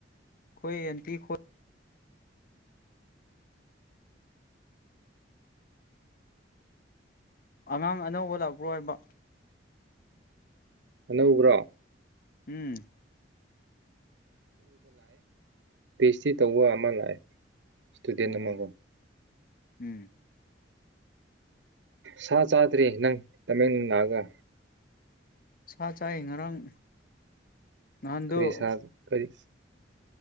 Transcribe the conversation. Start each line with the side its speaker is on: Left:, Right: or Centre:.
Left: ꯑꯩꯏ ꯑꯟꯇꯤ ꯈꯣꯏ ꯑꯉꯥꯡ ꯑꯅꯧꯕ ꯂꯥꯛꯄ꯭ꯔꯣ ꯍꯥꯏꯕ
Right: ꯑꯅꯧꯕ꯭ꯔꯣ
Left: ꯎꯝ
Right: ꯄꯤꯁ <unintelligible> ꯇꯧꯕ ꯑꯃ ꯂꯥꯛꯑꯦ ꯁꯇꯨꯗꯦꯟ
Left: ꯑꯣ
Right: ꯑꯃ ꯀꯣ
Left: ꯎꯝ
Right: ꯁꯥ ꯆꯥꯗ꯭ꯔꯤ ꯅꯪ ꯇꯃꯦꯡ ꯂꯥꯛꯑꯒ
Left: ꯁꯥ ꯆꯥꯏꯑꯦ ꯉꯔꯥꯡ ꯉꯍꯥꯟꯗꯣ
Right: ꯀꯔꯤ ꯁꯥ ꯀꯔꯤ